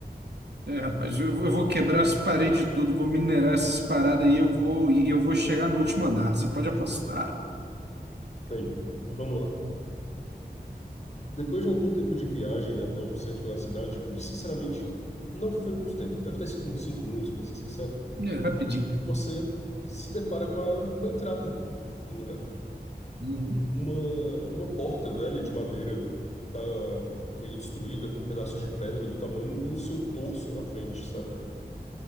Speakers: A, on the right (about 80°); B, on the left (about 40°).
A: É, rapaz, eu vou, eu vou quebrar as paredes tudo, vou minerar essas paradas aí, eu vou, e eu vou chegar no último andar. Você pode apostar.
B: Bem, vamos lá. Depois de algum tempo de viagem até o centro da cidade, o que sinceramente não foi muito tempo, deve ter sido uns cinco minutos, para ser sincero,
A: É, rapidinho.
B: você se depara com a, com a entrada do lugar.
A: Uhum.
B: uma, uma porta velha de madeira que tá meio destruída, com pedaços de pedra do tamanho do seu torso na frente, sabe?